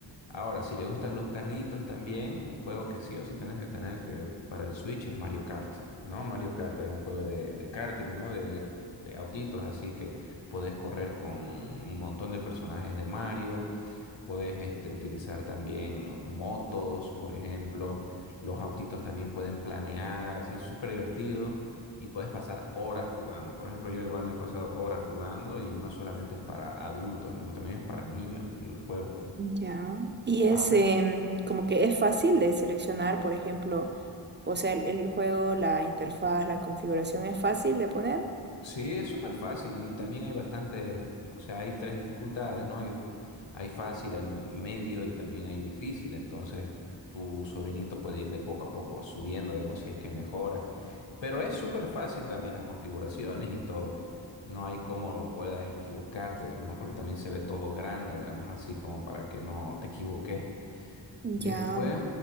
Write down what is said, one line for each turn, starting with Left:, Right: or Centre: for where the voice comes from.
Left: Ahora, si le gustan los carritos también, un juego que sí o sí tenés que tener que para el Switch es Mario Kart, ¿no? Mario Kart es un juego de, de karting, ¿no? De, de autitos, así que podés correr con un montón de personajes de Mario, podés este, utilizar también motos, por ejemplo, los autitos también pueden planear, así es súper divertido y puedes pasar horas jugando. Por ejemplo, yo igual me he pasado horas jugando y no solamente es para adultos, digamos, también es para niños en los juegos.
Right: Ya. Y es
Left: Ah.
Right: em, como que es fácil de seleccionar, por ejemplo, o sea, el, el juego, la interfaz, la configuración es fácil de poner.
Left: Sí, es súper fácil y también hay bastantes, o sea, hay tres dificultades, ¿no? Hay, hay fácil, hay medio y también hay difícil, entonces tu sobrinito puede ir de poco a poco subiendo, digamos, si es que mejora. Pero es súper fácil también las configuraciones y todo. No hay cómo puedas equivocarte, digamos, ¿no? Porque también se ve todo grande, digamos, así como para que no te equivoques. Después,
Right: Ya.